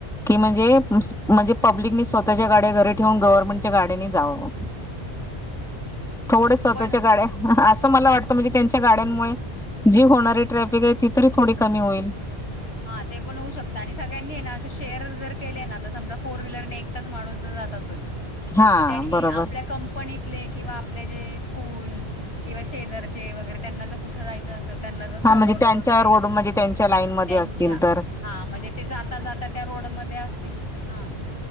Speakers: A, in the centre; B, on the left.
A: की म्हणजे म्हणजे पब्लिकनी स्वतःच्या गाड्या घरी ठेवून गव्हर्नमेंटच्या गाड्यानी जाववं. थोड स्वतःच्या
B: पण
A: गाड्या अस असं मला वाटतं म्हणजे त्यांच्या गाड्यांमुळे जी होणारी ट्रॅफिक आहे ती तरी थोडी कमी होईल.
B: हा ते पण होऊ शकतं आणि सगळ्यांनी आहे ना असं शेअर जर केले ना तर समजा फोर व्हीलरने एकटच माणूस ज जात असेल
A: हा
B: तर त्यांनी
A: बरोबर
B: आपल्या कंपनीत तले किंवा आपले जे स्कूल किंवा शेजारचे वगैरे त्यांना जर कुठे जायचे असेल त्यांना तर
A: हा
B: सोडवलं
A: म्हणजे त्यांच्या
B: वगैरे
A: रोड म्हणजे त्यांच्या लाईन मध्ये
B: त्यांच्या
A: असतील तर
B: हा म्हणजे ते जाता जाता त्या रोडमध्ये असतील हा.